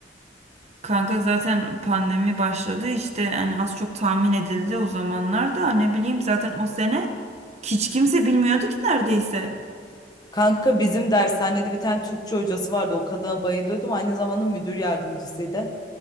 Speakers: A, on the right (about 40°); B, on the left (about 25°).
A: Kanka zaten pandemi başladı işte yani az çok tahmin edildi o zamanlarda ne bileyim zaten o sene hiç kimse bilmiyordu ki neredeyse.
B: Kanka bizim dershanede bir tane Türkçe hocası vardı. O kadına bayılıyordum. Aynı zamanda müdür yardımcısıydı.